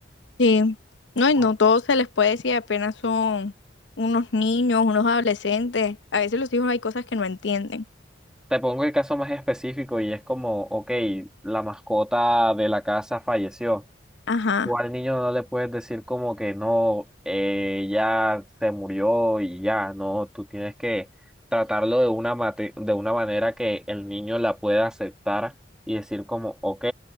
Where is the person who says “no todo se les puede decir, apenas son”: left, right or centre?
Left